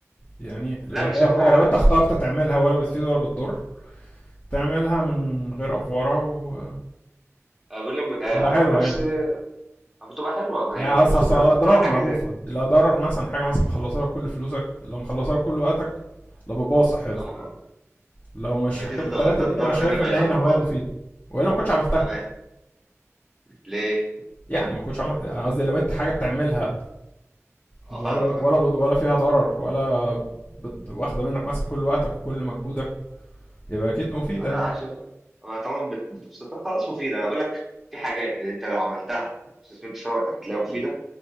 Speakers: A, on the left (about 35°); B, in the centre.
A: يعني لو
B: لا انا شايفها
A: هي هوايه لو انت اخترت تعملها ولا بتفيد ولا بتضر تعملها من غير افوره و
B: اقول لك ب- انا
A: تبقى حلوه
B: عن نفسي
A: يعني
B: بتبقى حلوة ما
A: يعني
B: هي
A: أصل
B: الفكرة
A: أصل
B: في-
A: الاضرار
B: هي حاجة
A: معروفه
B: زي
A: اللي ضرر مثلا حاجه مثلا مخلصاها كل فلوسك اللي مخلصاها كل وقتك اللي بتبوظ صحتك
B: لا ما
A: لو مش
B: ما
A: حاجه
B: دي الد-
A: بالثلاثه
B: ده
A: دي
B: الدار
A: انا شايف
B: ده نبعد
A: ان هي
B: عنه
A: هوايه
B: خالص
A: مفيده والا ما كنتش عملتها
B: طب ليه؟
A: يعني ما كنتش عملت انا قصدي لو انت حاجه بتعملها
B: اه
A: ولا
B: فاهمك
A: ولا بت- ولا فيها ضرر ولا بت- واخده منك مثلا كل وقتك وكل مجهودك يبقى اكيد مفيده
B: انا
A: يعني
B: شايف أنا طالما بت- بتبسطك خلاص مفيده انا بقول لك في حاجات انت لو عملتها استثمرت في وقتك هتلاقيها مفيده